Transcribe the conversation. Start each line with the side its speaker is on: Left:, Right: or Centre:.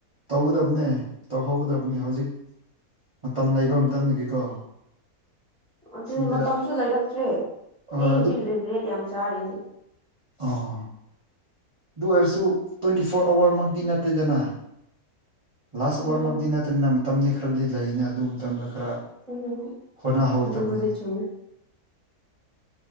Right: ꯇꯧꯒꯗꯕꯅꯦ ꯇꯧꯍꯧꯒꯗꯕꯅꯦ ꯍꯧꯖꯤꯛ ꯃꯇꯝ ꯂꯩꯕ ꯃꯇꯝꯗꯒꯤꯀꯣ
Centre: ꯑꯗꯨꯅꯤ
Right: ꯁꯤꯗ
Centre: ꯃꯇꯝꯁꯨ ꯂꯩꯔꯛꯇ꯭ꯔꯦ
Right: ꯍꯣꯏ
Centre: ꯑꯩ ꯍꯨꯖꯤꯛ ꯔꯤꯒ꯭ꯔꯦꯠ ꯌꯥꯝ ꯆꯥꯔꯤꯅꯤ
Right: ꯑꯣ ꯑꯗꯨ ꯑꯣꯏꯔꯁꯨ ꯇ꯭ꯋꯦꯟꯇꯤ ꯐꯣꯔ ꯑꯋꯔꯃꯛꯇꯤ ꯅꯠꯇꯦꯗꯅ ꯂꯥꯁ ꯑꯋꯔꯃꯛꯇꯤ
Centre: ꯎꯝ
Right: ꯅꯠꯇꯅ ꯃꯇꯝꯗꯤ ꯈꯔꯗꯤ ꯂꯩꯅ ꯑꯗꯨ ꯃꯇꯝꯗ ꯈꯔ
Centre: ꯎꯝ
Right: ꯈꯔ ꯍꯣꯠꯅꯍꯧꯗꯝꯅꯤ
Centre: ꯑꯗꯨꯕꯨꯗꯤ ꯆꯨꯝꯃꯦ